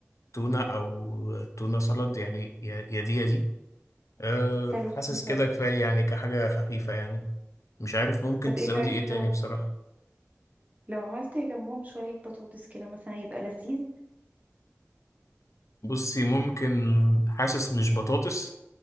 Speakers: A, on the left; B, on the right.
A: تونه او تونه سلad يعني يا يا دي يا دي أه
B: حلو تكون
A: حاسس كده
B: سلطة
A: كفايه يعني كحاجه خفيفه يعني مش عارف ممكن
B: طب
A: تزودي
B: ايه رأيك
A: ايه تاني
B: لو
A: بصراحة
B: لو عملت جنبهم شوية بطاطس كده مثلا يبقى لذيذ
A: بصي ممكن حاسس مش بطاطس